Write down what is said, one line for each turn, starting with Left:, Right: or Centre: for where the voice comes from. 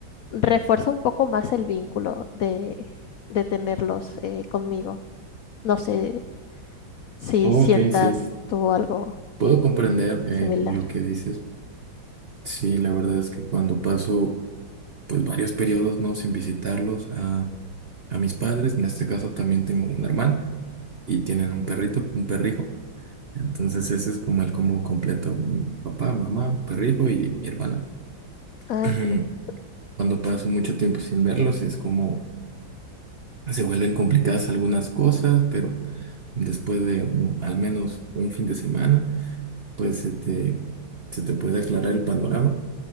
Left: refuerza un poco más el vínculo de, de tenerlos eh, conmigo. No sé si
Right: Ok,
Left: sientas
Right: sí,
Left: tú algo
Right: puedo comprender eh,
Left: similar.
Right: lo que dices. Sí, la verdad es que cuando paso pues varios periodos, ¿no? Sin visitarlos a, a mis padres. En este caso también tengo un hermano y tienen un perrito, un perrijo. Entonces ese es como el combo completo. un Papá, mamá, un perrijo y mi hermana.
Left: Ah,
Right: <clears throat>
Left: entiendo.
Right: Cuando paso mucho tiempo sin verlos es como se vuelven complicadas algunas cosas, pero después de un- al menos un fin de semana. pues se te, se te puede aclarar el panorama.